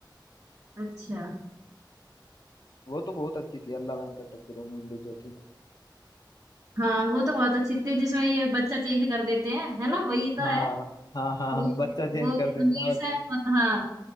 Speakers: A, on the right (about 45°); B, on the left (about 60°).
A: अच्छा
B: वो तो बहुत अच्छी थी अल्ला वेंकटपुरम मुल्लू जो थी
A: हाँ वो तो बहुत अच्छी थी जिसमें ये बच्चा चेंज कर देते हैं है ना वही तो
B: हाँ
A: है
B: हाँ
A: वो
B: हाँ बच्चा चेंज
A: वो अमीर
B: कर देता है
A: सा मतलब हाँ